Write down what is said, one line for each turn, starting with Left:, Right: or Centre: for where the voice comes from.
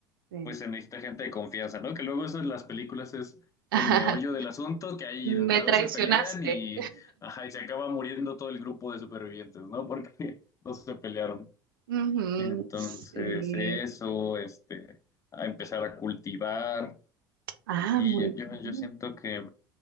Right: sí.
Left: pues se necesita gente de confianza, ¿no? Que luego eso en las películas es
Right: <laughs>
Left: el meollo del asunto, que ahí entre
Right: Me traicionaste.
Left: dos se pelean y, ajá, y se acaba muriendo todo el grupo de supervivientes, ¿no? Porque <laughs> no se pelearon.
Right: Ujú,
Left: Entonces,
Right: sí.
Left: eso, este, a empezar a cultivar.
Right: Ah,
Left: Y
Right: muy
Left: yo, yo,
Right: bien.
Left: yo siento que,